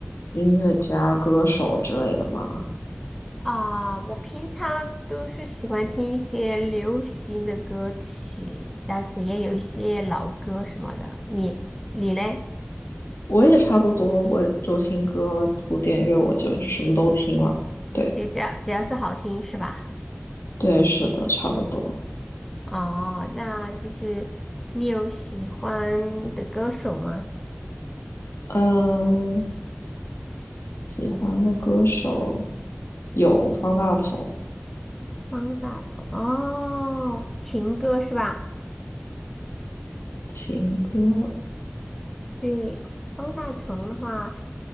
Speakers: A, on the left (about 65°); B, in the centre.
A: 音乐家、歌手之类的吗？
B: 啊、我平常都是喜欢听一些流行的歌曲，但是也有一些老歌什么的。你你嘞？
A: 我也差不多，我流行歌、古典乐，我就什么都听了。对，
B: 你只要只要是好听是吧？
A: 对，是的，差不多。
B: <laughs> 哦，那就是你有喜欢的歌手吗？
A: 嗯，喜欢的歌手有方大同，
B: 方大同，哦，情歌是吧？
A: 情歌，
B: 对，方大同的话，